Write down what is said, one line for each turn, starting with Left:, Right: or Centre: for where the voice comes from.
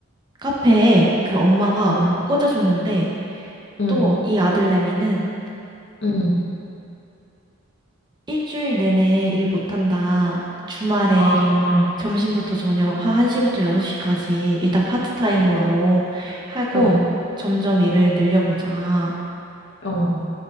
Right: 카페에 그 엄마가
Left: 어,
Right: 꽂아줬는데,
Left: 응,
Right: 또 이 아들내미는
Left: 응,
Right: 일주일 내내 일 못한다. 주말에
Left: 아,
Right: 점심부터 저녁 한 1시부터 6시까지 일단 파트타임으로
Left: 응,
Right: 하고
Left: 어,
Right: 점점 일을 늘려보자.
Left: 어,